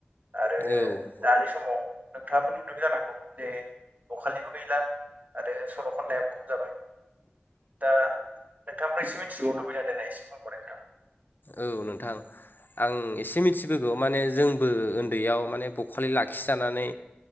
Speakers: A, on the right; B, on the left.
A: आरो
B: औ
A: दानि समाव नोंथाङाबो नुदों जानांगौ जे बखालिबो गैला। आरो सल' खननाया खम जाबाय। दा, नोंथांनिफ्राय एसे मिथिबावनो लुबैदों, एसे मख'लाय नोंथां?
B: औ नोंथां, आं एसे मिथिबोगौ माने जोंबो उन्दैयाव माने बखालि लाखिजानानै,